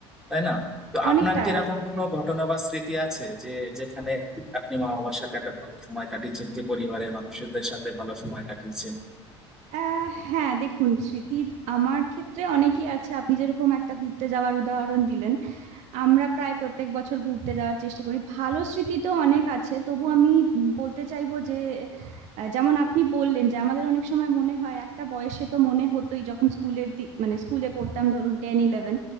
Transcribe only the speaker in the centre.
তাই না তো
আপনার কি এরকম কোনো ঘটনা বা স্মৃতি আছে যে যেখানে আপনি মা বাবার সাথে একটা ভালো সময় কাটিয়েছেন কি পরিবারের মানুষদের সাথে ভালো সময় কাটিয়েছেন